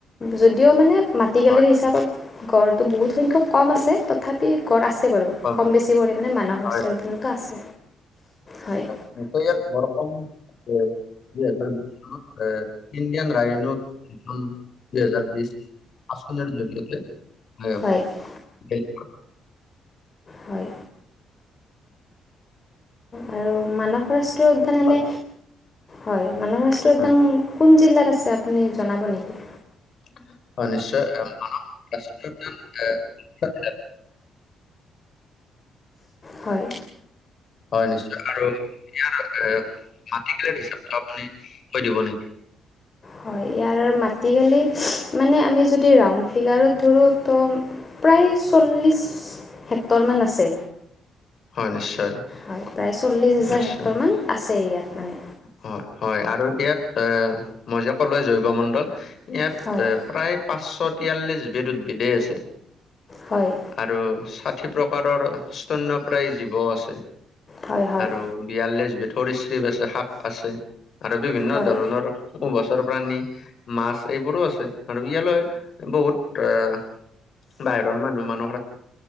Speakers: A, on the left; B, on the left.
A: যদিও মানে মাটিকালিৰ
B: হয়
A: হিচাপত গঁড়টো বহুত সংখ্যক কম আছে তথাপি গঁড় আছে বাৰু।
B: হয়
A: কম বেছি পৰিমাণে মানাহ ৰাষ্ট্ৰীয়
B: হয়
A: উদ্যানতো আছে হয়।
B: আ ইয়াত বৰ দুহেজাৰ বিশ চনত এ ইণ্ডিয়ান ৰাইন' এখন দুহেজাৰ বিশ আসনৰ জৰিয়তে।
A: হয়।
B: বেলেগ
A: হয়। আৰু মানস ৰাষ্ট্ৰীয় উদ্যান এনে
B: হয়
A: হয় মানাহ ৰাষ্ট্ৰীয় উদ্যান
B: হয়
A: কোন জিলাত আছে আপুনি জনাব নেকি?
B: অ', নিশ্চয় মানস ৰাষ্ট্ৰীয় উদ্যান <unintelligible>
A: হয়।
B: হয়, নিশ্চয় আৰু ইয়াৰ এ মাটি কালি হিচাপটো আপুনি কৈ দিব নেকি?
A: হয় ইয়াৰ মাটিকালি মানে আমি যদি ৰাউণ্ড ফিগাৰত ধৰোঁ তো। প্ৰায় চল্লিছ হেক্টৰমান আছে।
B: হয় নিশ্চয়
A: হয় প্ৰায় চল্লিশ হাজাৰ
B: নিশ্চয়
A: হেক্টৰ মান আছে ইয়াত মানে।
B: হয় হয় আৰু এতিয়াত এ মই যে কলো জৈৱ মণ্ডল। ইয়াত
A: হয়
B: প্ৰায় পাঁচশ তিয়াল্লিছবিদ উদ্ভিদে আছে
A: হয়
B: আৰু ষাঠি প্ৰকাৰৰ স্তন প্ৰায় জীৱও আছে
A: হয় হয়
B: আৰু বিয়াল্লিছ ভথৰি শ্ৰিপ আছে সাপ আছে আৰু বিভিন্ন
A: হয়
B: ধৰণৰ উভচৰ প্ৰাণী মাছ এইবোৰো আছে আৰু ইয়ালৈ বহুত আহ বাহিৰৰ মানুহ মানুহ